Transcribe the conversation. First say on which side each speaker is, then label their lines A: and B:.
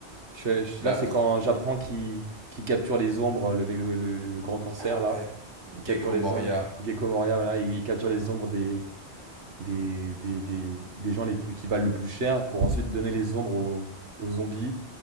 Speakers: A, on the right (about 80°); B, on the right (about 20°).
A: Je- je-
B: bah,
A: là, c'est
B: fr-
A: quand j'apprends qu'il qu'il capture les ombres, le, mais le, le- le grand corsaire,
B: ah
A: là.
B: ouais.
A: Il capture
B: Gecko
A: les
B: Moria.
A: ombres. Gecko Moria, voilà. Il, il capture les ombres des, des, des, des, des gens les plus, qui valent le plus cher pour ensuite donner les ombres aux, aux zombies.